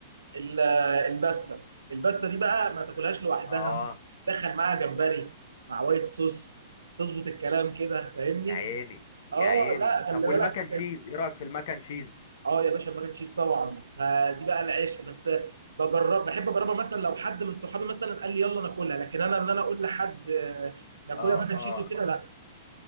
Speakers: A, on the right; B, on the left.
A: ال- الباستا الباستا دي بقى ما تاكلهاش لوحدها
B: اه
A: دخل معاها جمبري مع وايت صوص تظبط الكلام كده فاهمني
B: يا عيني يا
A: اه
B: عيني
A: لا خلي
B: طب والمكن
A: بالك
B: تشيز ايه رايك في المكن تشيز
A: اه يا باشا الماك تشيز طبعا فدي بقى العشق بس بجرب بحب اجربها مثلا لو حد من صحابي مثلا قال لي يلا ناكلها لكن انا ان انا اقول لحد آه، ناكلها
B: اه
A: ماك تشيز
B: اه
A: وكده لا